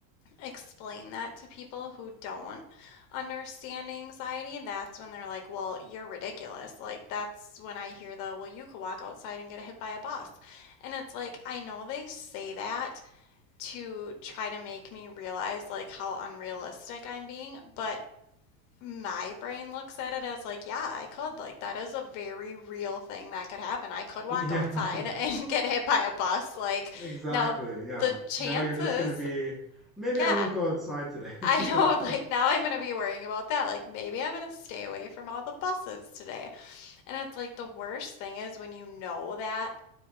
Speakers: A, on the left (about 45°); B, in the centre.
A: explain that to people who don't understand anxiety, that's when they're like, well, you're ridiculous. Like, that's when I hear the, well, you could walk outside and get hit by a bus. And it's like, I know they say that to try to make me realize like how unrealistic I'm being, but my brain looks at it as like, yeah, I could. Like, that is a very real thing that could happen. I could walk
B: Yeah,
A: outside
B: <laughs> yeah.
A: and <laughs> get hit by a bus. Like,
B: Exactly.
A: now
B: Yeah.
A: the chances,
B: Now you're just going to be maybe
A: yeah.
B: I won't go outside today, <laughs> you
A: I know,
B: know.
A: I'm like, now I'm gonna be worrying about that. Like, maybe I'm gonna stay away from all the buses today. And it's like the worst thing is when you know that